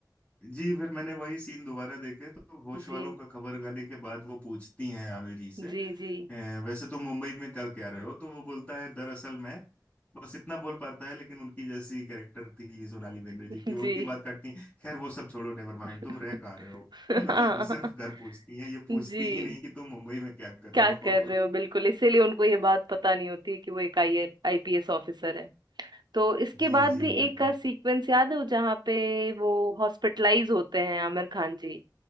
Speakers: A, on the left; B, on the right.
A: जी फिर मैंने वही सीन दोबारा देखे तो होश
B: जी
A: वालों का खबर गाली के बाद वो पूछती हैं आमिर जी से
B: जी
A: "अ,
B: जी
A: वैसे तो मुंबई में कर क्या रहे हो तो वो बोलता है दरअसल मैं बस इतना बोल पाता है लेकिन उनकी जैसी कैरेक्टर थी सोनाली बेंद्रे जी
B: <laughs>
A: की वो
B: जी
A: उनकी बात काटती हैं, खैर वो सब छोड़ो नेवर माइंड
B: <laughs>
A: तुम रह कहाँ रहे हो <laughs> मतलब
B: हाँ
A: वो सिर्फ घर पूछती हैं ये
B: जी
A: पूछती ही नहीं कि तुम मुंबई में क्या कर रहे
B: क्या
A: हो
B: कर रहे हो बिल्कुल इसीलिए उनको ये बात पता नहीं होती कि वो एक आई आईपीएस ऑफिसर है तो इसके
A: <laughs> जी
B: बाद
A: जी
B: भी
A: बिल्कुल
B: एक का सीक्वेंस याद है वो जहाँ पे वो हॉस्पिटलाइज होते हैं आमिर खान जी